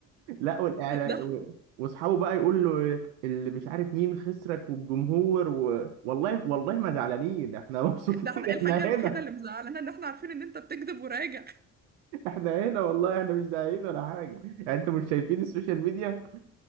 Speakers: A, on the right; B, on the right.
A: لا والاعلام
B: ده احنا
A: و... واصحابه بقى يقول له اللي مش عارف مين خسرك والجمهور و... والله والله ما زعلانين احنا مبسوطين
B: ده احنا
A: <laughs>
B: الحاجه
A: احنا هنا
B: الوحيده اللي مزعلانه ان احنا عارفين ان انت بتكذب وراجع
A: احنا هنا والله احنا مش داعيين ولا حاجه يعني انتوا مش شايفين السوشيال ميديا